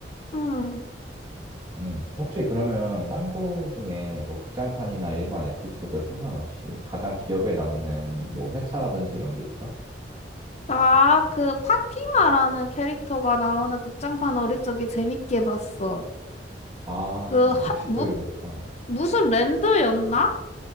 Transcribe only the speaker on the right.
음, 혹시 그러면 짱구 중에 뭐 극장판이나 일반 에피소드 상관없이 가장 기억에 남는 뭐 회차라든지 이런 게 있어?
아,
혹시
그, 어,